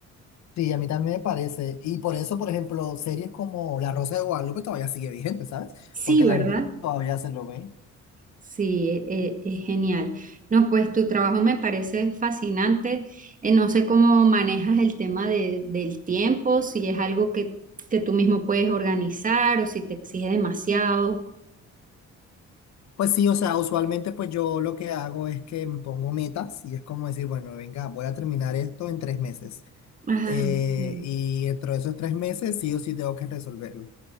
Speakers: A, on the left; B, on the right.
A: Sí, a mí también me parece. Y por eso, por ejemplo, series como La Rosa de Guadalupe todavía sigue vigente, ¿sabes?
B: Sí,
A: Porque
B: ¿verdad?
A: la gente to- todavía se lo ve.
B: Sí, e- e- es genial. No, pues tu trabajo me parece fascinante. Eh, no sé cómo manejas el tema de- del tiempo, si es algo que, que tú mismo puedes organizar o si te exige demasiado.
A: Pues sí, o sea, usualmente pues yo lo que hago es que me pongo metas y es como decir, bueno, venga, voy a terminar esto en tres meses.
B: Ah,
A: eh,
B: ok.
A: y dentro de esos tres meses sí o sí tengo que resolverlo.